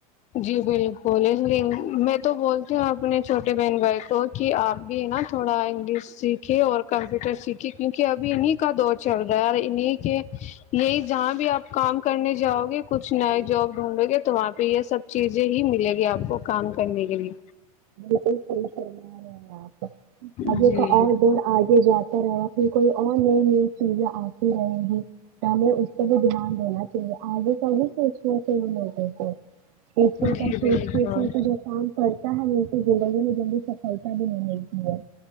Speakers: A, on the left (about 40°); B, on the right (about 60°).
A: جی بلکل اس لیے میں تو بولتی ہوں اپنے چھوٹے بہن بھائی کو کہ آپ بھی نا تھوڑا انگلش سیکھے اور کمپیوٹر سیکھے کیونکہ ابھی انہیں کا دور چل رہا ہے اور انیں کے یہی جہاں بھی آپ کام کرنے جاؤ گے کچھ نئے جاب ڈھونڈو گے تو وہاں پہ یہ سب چیزیں ہی ملے گی آپ کو کام کرنے کے لیے
B: بلکل صحیح فرمایا آپ
A: جی
B: مجے تو اور بور آگے جاتا پھر کوئی اور نئی نئی چیزیں آتی رہیں گی تو ہمیں اس پہ بھی دھیان دینا چاہیے آگے کاہی سوچنا <inaudible> ایسے
A: جی
B: کا سوچتے
A: بالکل
B: پے تو جو کام کرتا ہے جنگل میں جنی سفلتا بھی نہیں ملتی ہے